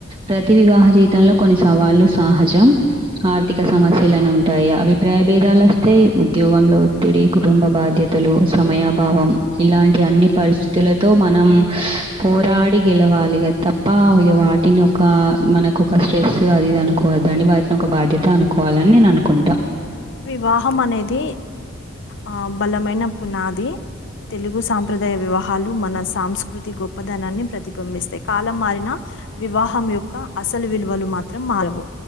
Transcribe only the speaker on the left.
వివాహం అనేది ఆ బలమైన పునాది తెలుగు సాంప్రదాయ వివాహాలు మన సాంస్కృతి గొప్పదనాన్ని ప్రతిబిబిస్తాయి కాలం మారిన వివాహం యొక్క అసలు విలువలు మాత్రం మారవు